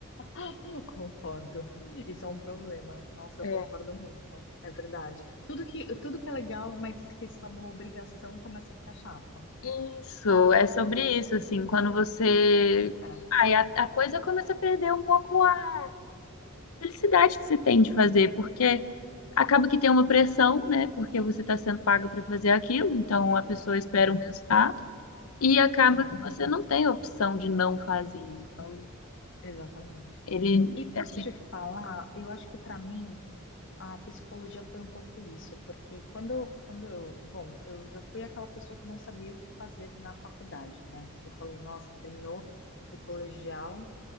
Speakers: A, on the left; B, on the left.
A: <laughs> Eu Concordo. Isso é um problema. Nossa,
B: É.
A: eu concordo muito. É verdade. Tudo que, tudo que é legal, mas que se torna uma obrigação, começa a ficar chato.
B: Isso, é sobre isso, assim, quando você...
A: É,
B: Aí a, a coisa começa a perder um pouco a felicidade que você tem de fazer, porque acaba que tem uma pressão, né? Porque você está sendo paga para fazer aquilo, então a pessoa espera
A: sim,
B: um resultado. E acaba
A: sim,
B: que você não tem a opção de não fazer. Então,
A: exatamente.
B: ele,
A: E
B: é
A: posso
B: assim,
A: te falar, eu acho que para mim a psicologia foi um pouco isso, porque quando, quando eu, bom, eu já fui aquela pessoa que não sabia o que fazer na faculdade, né? Eu falei, nossa, terminou o colegial,